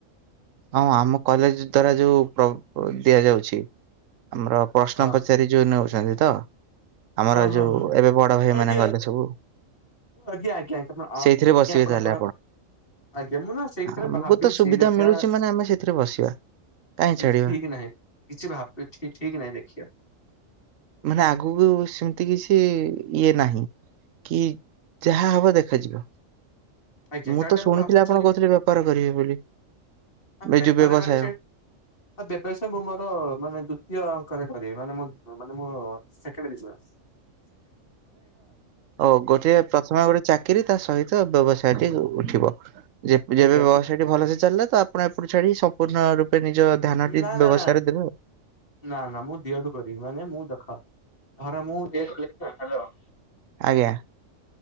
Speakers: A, on the right; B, on the left.
A: ହଁ, ଆମ କଲେଜ ଦ୍ଵାରା ଯୋଉ ଦିଆଯାଉଛି। ଆମର ପ୍ରଶ୍ନ
B: ହଁ
A: ପଚାରି ଯୋଉ ନେଉଛନ୍ତି ତ! ଆମର
B: ହଁ ହଁ
A: ଯୋଉ
B: ହଁ
A: ଏବେ ବଡ ଭାଇ
B: ଆଜ୍ଞା
A: ମାନେ ଗଲେ ସବୁ।
B: ଆଜ୍ଞା, ଆଜ୍ଞା, ଆଜ୍ଞା,
A: ସେଇଥିରେ ବସିବେ
B: ଆପଣ
A: ତାହେଲେ
B: ପୁରା। ଆଜ୍ଞା, ମୁଁ ନା ସେଇଥିରେ
A: ଆମକୁ
B: ଭାବିଛି
A: ତ ସୁବିଧା
B: ଦେଖିବା।
A: ମିଳୁଛି ମାନେ ଆମେ ସେଥିରେ ବସିବା। କାହିଁ
B: କିଛି
A: ଛାଡିବା।
B: ଠିକ୍ ନାହିଁ। କିଛି ଠିକ୍ ନାହିଁ, ଦେଖିିବା।
A: ମାନେ ଆଗକୁ ସେମିତି କିଛି ଇଏ ନାହିଁ। କି, ଯାହା ହବ ଦେଖାଯିବ।
B: ଆଜ୍ଞା କାହିଁକି
A: ମୁଁ ତ
B: ନା
A: ଶୁଣିଥିଲି,
B: ଭାବୁଥିଲି
A: ଆପଣ କହୁଥିଲେ ବେପାର କରିବେ ବୋଲି। ଏ
B: ବେପାର
A: ଯୋଉ ବ୍ୟବସାୟ
B: କରିବି। ସେଇ ବେପାର। ସେ ମୁଁ, ମୋର ମାନେ ଦ୍ଵିତୀୟ ଅଙ୍କରେ। କରିବି ମାନେ ଏଇଟା ମୋର ସେକେଇଣ୍ଡ ବିଚୁନେସ।
A: ଓ ଗୋଟେ, ପ୍ରଥମେ ଗୋଟେ ଚାକିରି। ତା ସହିତ ବ୍ୟବସାୟଟି ଉଠିବ। ଯେବେ
B: ଆଜ୍ଞା
A: ବ୍ୟବସାୟ
B: ତ
A: ଟି ଭଲସେ ଚାଲିଲ ତ ଆପଣ ଏପଟୁ ଛାଡିି ସମ୍ପୂର୍ଣ୍ଣ। ନିଜ ଧ୍ୟାନଟି
B: ନା
A: ବ୍ୟବସାୟରେ
B: ନା ନା
A: ଦେବେ ଆଉ।
B: ନା ନା ମୁଁ ଦିହଠୁ କରିବି ମାନେ ମୁଁ ଦେଖା ଧରେ ମୁଁ କଲ <unintelligible>
A: ଆଜ୍ଞା।